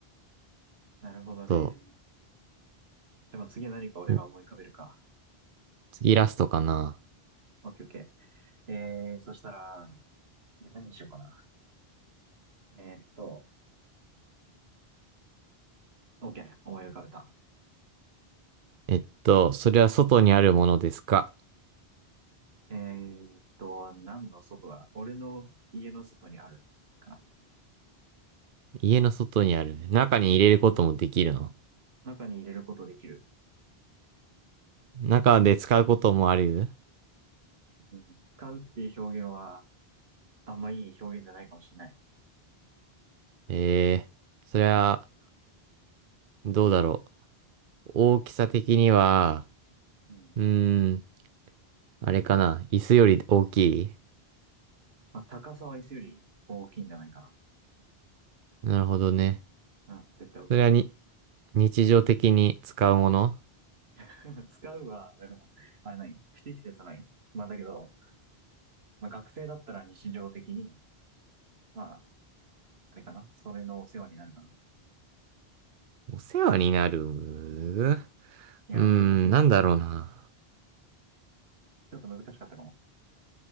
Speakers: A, on the right (about 80°); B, on the right (about 60°).
A: なるほどね。
B: そ
A: じゃあ、まあ次何か俺が思い浮かべるか。
B: う。ん次ラストかな。
A: オッケーオッケー。えー、そしたら、え何にしようかな。えーっと、OK、思い浮かべた。
B: えっと、それは外にあるものですか
A: えーっと、何の外だ俺の家の外にあるか
B: 家の外にある。中に入れることもできるの
A: な。中に入れることできる。
B: 中で使うこともある
A: うん、使うっていう表現は、あんまいい表現じゃないかもしれない。
B: えー、それは、どうだろう。大きさ的には、
A: うん。
B: うーん、あれかな。椅子より大きい
A: まあ、高さは椅子より大きいんじゃないか
B: なるほどね。
A: な。うん、絶対大きいね。
B: それはに、日常的に使うもの
A: <laughs> 使うは、だから、あれないよ。不適切はないよ。まあだけど、まあ学生だったら日常的に、まあ、あれかな。それのお世話になるかな。
B: お世話になるう
A: いや、
B: ーん、
A: 難しいな。
B: なんだろうな。
A: ちょっと難しかったかも。